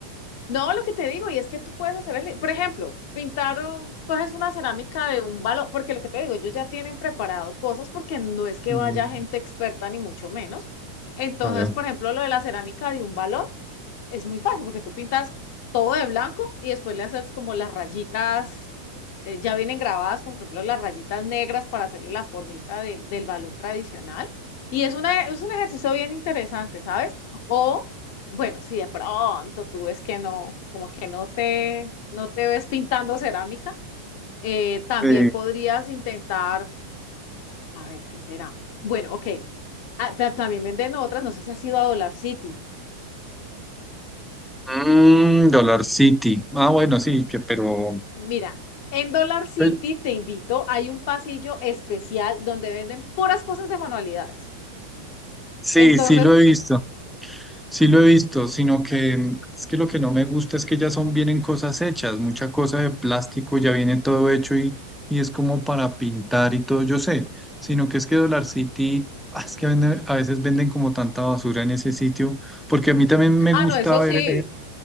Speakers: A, on the left; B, in the centre.
A: No, lo que te digo, y es que tú puedes hacer el, por ejemplo, pintar, un- coges una cerámica de un balón, porque lo que te digo, ellos ya tienen preparado cosas porque no es que
B: Mm,
A: vaya gente experta ni mucho menos. Entonces,
B: claro.
A: por ejemplo, lo de la cerámica de un balón. es muy fácil porque tú pintas todo de blanco y después le haces como las rayitas, eh, ya vienen grabadas, como por ejemplo las rayitas negras para hacerle la formita del del balón tradicional. Y es, una, es un ejercicio bien interesante, ¿sabes? O, bueno, si de pronto tú ves que no, como que no te, no te ves pintando cerámica, eh, también
B: Sí.
A: podrías intentar, a ver, ¿qué será? Bueno, ok. Ah, pero también venden otras, no sé si has ido a Dollar City.
B: Mm, Dollar City. Ah, bueno, sí, que- pero...
A: Mira, en Dollar City
B: pues,
A: te invito, hay un pasillo especial donde venden puras cosas de manualidades.
B: Sí,
A: Entonces,
B: sí lo he visto, sí lo he visto, sino que mm, es que lo que no me gusta es que ya son, vienen cosas hechas, mucha cosa de plástico, ya viene todo hecho y, y es como para pintar y todo, yo sé, sino que es que Dollar City, ah, es que vende- a veces venden como tanta basura en ese sitio, porque a mí también me
A: ah,
B: gusta
A: no, eso
B: ver
A: sí,
B: el, ejer-